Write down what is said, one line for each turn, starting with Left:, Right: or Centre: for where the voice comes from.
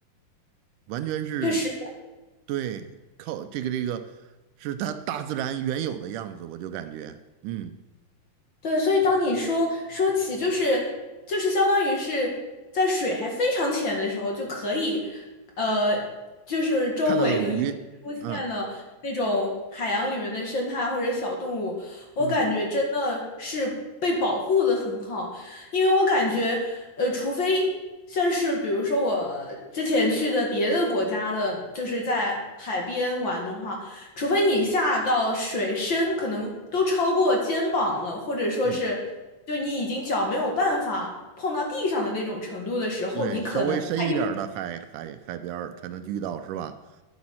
Right: 完全是
Left: 确实。
Right: 对靠这个这个是它大自然原有的样子，我就感觉嗯，
Left: 对，所以当你说说起，就是就是相当于是在水还非常浅的时候，就可以，呃，就是周围就已出现了那种海洋里面的生态或者小动物，
Right: 看到有鱼，嗯
Left: 我感觉真的是被保护的很好，
Right: 嗯
Left: 因为我感觉，呃，除非像是比如说我之前去的别的国家的，就是在海边玩的话。除非你下到水深可能都超过肩膀了，或者说是就你已经脚没有办法碰到地上的那种程度的时候，
Right: 嗯，对，
Left: 你可能还有，
Right: 稍微深一点儿的海海海边儿才能遇到，是吧？